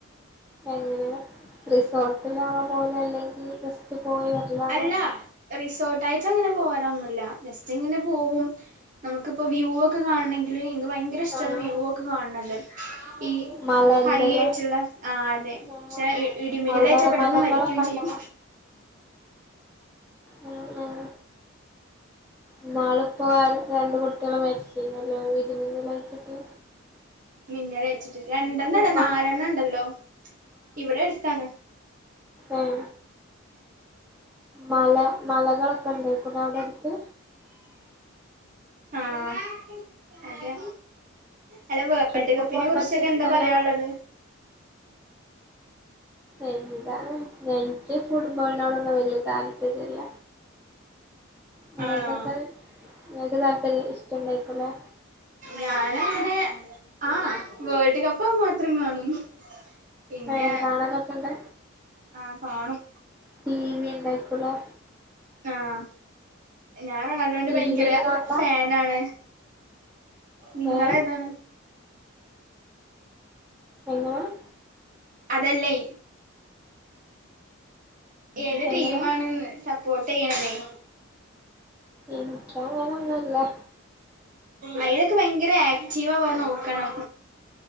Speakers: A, in the centre; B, on the right (about 40°).
A: എങ്ങനെയാ റിസോർട്ടിലാണോ പോവല് അല്ലെങ്കി ജസ്റ്റ് പോയി വരലാണോ
B: അല്ല റിസോർട്ടായിറ്റങ്ങനെ പോവലൊന്നുല്ല ജസ്റ്റ് ഇങ്ങനെ പോവും നമുക്കിപ്പ വ്യൂ ഒക്കെ കാണണെങ്കില് എനിക്ക് ഭയങ്കര ഇഷ്ടാണ്
A: ആഹ്
B: വ്യൂ ഒക്കെ കാണ് ണത് ഈ
A: മലന്റെല്ലേ
B: ഹൈ ആയിറ്റ്ള്ള ആഹ് അതെ പക്ഷേ
A: ആഹ്
B: ഇടിമിന്നലേറ്റാ
A: അവിടെ
B: പെട്ടന്ന്
A: മലകളൊക്കെ
B: മരിക്കും ചെയ്യും
A: ഉണ്ടോ ഉം ഉം ഇന്നാള്പ്പോ രണ്ടുകുട്ടി കടള് മരിച്ചിലല്ലേ ഇടി മിന്നലേറ്റിട്ട്
B: മിന്നലേറ്റിറ്റ് രണ്ടെണ്ണല്ല
A: മ
B: നാലെണ്ണം ഇണ്ടല്ലോ ഇവടെ അടുത്താണ്
A: ഉം മല മലകളൊക്കെ ഉണ്ടേക്കുല്ലേ അവടെ അടുത്ത്
B: ആഹ് അതെ അല്ല വേൾഡ്
A: ട്രിപ്പ്
B: കപ്പിനെ
A: പോകാൻ
B: കുറിച്ചൊക്കെ
A: പറ്റിയ
B: എന്താ
A: സ്ഥലാണ്
B: പറയാള്ളത്
A: എന്താണ് എനിക്ക് ഫുട്ബോളിനോടൊന്നും വല്യ താല്പര്യല്ല നിങ്ങക്കൊക്കെ
B: ആണോ
A: നിങ്ങക്ക് താല്പര്യ ഇഷ്ടണ്ടായിരിക്കുല്ലേ
B: ഞാനങ്ങനെ ആഹ് വേൾഡ് കപ്പാ മാത്രം കാണും പിന്നെ
A: ഏഹ് കാണലൊക്കെണ്ട്
B: ആഹ് കാണും
A: ടി വി ഇണ്ടായിക്കുലേ
B: ആഹ് ഞാൻ റൊണാൾഡോൻ്റെ
A: ടി
B: ഭയങ്കര
A: വിയില് കാണലാ
B: ഫാനാണ് നിങ്ങളേതാണ്
A: ഏ എങ്ങനെ
B: അതല്ലയ് ഏത് ടീം
A: എങ്ങനെ
B: ആണ് ന്ന് സപ്പോർട്ട് ചെയ്യണതെയ്
A: എനിക്ക് അങ്ങനെ ഒന്നുല്ല
B: അയിനൊക്കെ ഭയങ്കര ആക്റ്റീവാവാൻ നോക്കണം